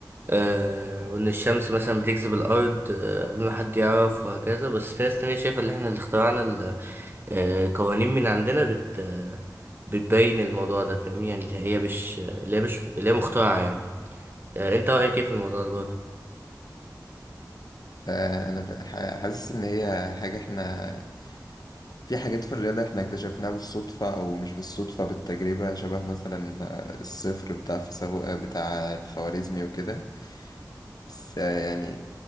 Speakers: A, on the right; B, on the left.
A: أه وإن الشمس مثلا بتجذب الأرض آه، قبل ما حد يعرف وهكذا بس في ناس تانية شايفة إن إحنا اللي اخترعنا ال- آه، قوانين من عندنا بت آه، بتبين الموضوع ده فاهمني يعني اللي هي مش اللي هي مش اللي هي مخترعة يعني أه أنت رأيك إيه في الموضوع ده برضه؟
B: آه، أنا ف- ح- حاسس إن هي حاجة احنا في حاجات في الرياضة احنا اكتشفناها بالصدفة أو مش بالصدفة بالتجربة شبه مثلا آه، الصفر بتاع فيثاغو بتاع الخوارزمي وكده بس يعني